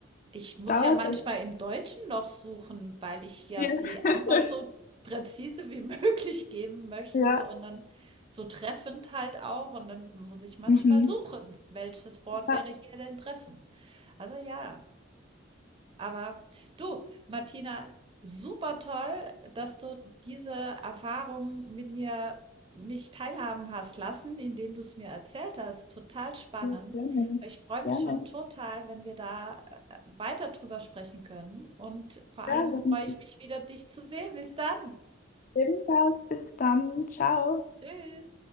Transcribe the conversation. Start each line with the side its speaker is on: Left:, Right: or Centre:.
Right: Ich muss
Left: dauert
Right: ja manchmal
Left: halt.
Right: im Deutschen noch suchen, weil ich ja
Left: Ja,
Right: die
Left: <laughs>
Right: Antwort so präzise wie <laughs> möglich geben möchte
Left: ja.
Right: und dann so treffend halt auch. Und dann muss ich manchmal
Left: Mhm.
Right: suchen, welches Wort
Left: Ja,
Right: wäre hier denn treffend. Also ja. Aber du, Martina, super toll, dass du diese Erfahrung mit mir mich teilhaben hast lassen, indem du es mir erzählt hast. Total spannend.
Left: sehr gerne.
Right: Ich freue mich
Left: Gerne.
Right: schon total, wenn wir da äh, weiter drüber sprechen können. Und vor
Left: Ja,
Right: allem
Left: dann
Right: freue ich mich wieder, dich zu sehen. Bis dann.
Left: ebenfalls. Bis dann. Ciao.
Right: Tschüss.